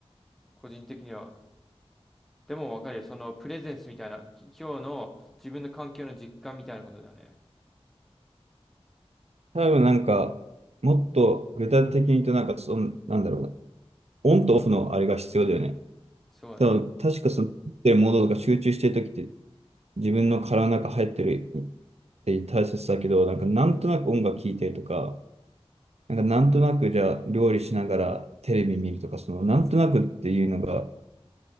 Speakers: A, in the centre; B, on the right.
A: 個人的には。でもわかるよ。そのプレゼンスみたいな、き今日の自分の環境の実感みたいなことだよね。
B: 多分なんか、もっと具体的に言うと、なんかその、なんだろうな。オンとオフのあれが必要だよね。
A: そうね。
B: 多分確かその、ってるものとか集中してる時って、自分の殻の中入ってるって大切だけど、なんかなんとなく音楽聴いてるとか、なんかなんとなくじゃあ料理しながらテレビ見るとか、そのなんとなくっていうのが